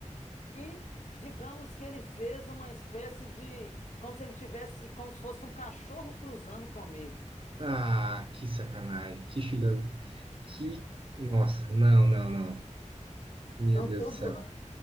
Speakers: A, on the left; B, on the right.
A: e digamos que ele fez uma espécie de como se ele tivesse, como se fosse um cachorro cruzando comigo.
B: Ah, que sacanagem. Que filha. Que. Nossa, não, não, não. Meu
A: Não
B: Deus
A: tô
B: do
A: zoando.
B: céu.